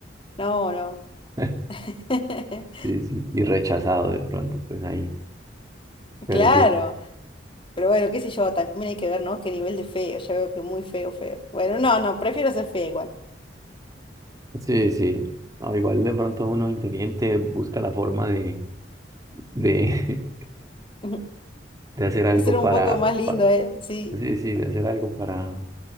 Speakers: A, on the left; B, on the right.
A: No, no. <laughs>
B: <laughs> Sí, sí, y rechazado de pronto, pues ahí. Pero
A: Claro,
B: sí,
A: pero bueno, qué sé yo, también hay que ver, ¿no? Qué nivel de feo, yo veo que muy feo, feo. Bueno, no, no, prefiero ser fea igual.
B: sí, sí. No, igual de pronto uno inteligente busca la forma de, de,
A: <laughs>
B: <laughs> de hacer algo
A: Ser un
B: para,
A: poco más lindo,
B: pa-
A: ¿eh? Sí.
B: sí, sí, de hacer algo para,